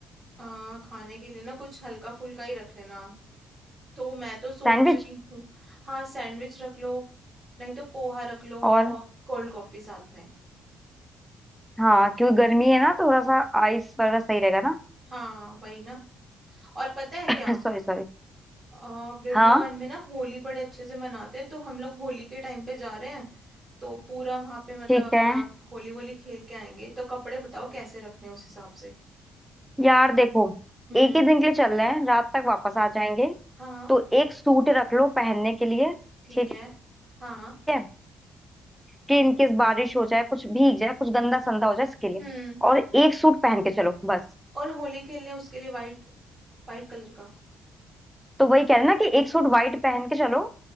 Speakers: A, on the right (about 40°); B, in the centre.
A: अ, खाने के लिए ना कुछ हल्का फुल्का ही रख लेना तो मैं तो सोच
B: सैंडविच
A: रही हूँ हाँ सैंडविच रख लो नहीं तो पोहा रख लो
B: और
A: और कोल्ड कॉफी साथ में
B: हाँ क्योंकि गर्मी है ना थोड़ा सा आइस वगैरह सही रहेगा ना
A: हाँ वही ना और पता है क्या
B: <laughs> Sorry sorry
A: अ, वृंदावन
B: हाँ
A: में ना होली बड़े अच्छे से मनाते हैं तो हम लोग होली के टाइम पे जा रहे हैं तो पूरा वहां पे मतलब
B: ठीक
A: अपना
B: है
A: होली वोली खेल के आएंगे तो कपड़े बताओ कैसे रखने हैं उस हिसाब से
B: यार देखो
A: हम्म
B: एक ही दिन के लिए चल रहे हैं रात तक वापस आ जाएंगे
A: हाँ
B: तो एक सूट रख लो पहनने के लिए
A: ठीक
B: ठीक
A: है हाँ
B: है कि इनकेस बारिश हो जाए कुछ भीग जाए कुछ गंदा संदा हो जाए इसके लिए
A: हम्म
B: और एक सूट पहन के चलो बस
A: और होली खेलने उसके लिए वाइट वाइट कलर का
B: तो वही कह रहे हैं ना कि एक सूट वाइट पहन के चलो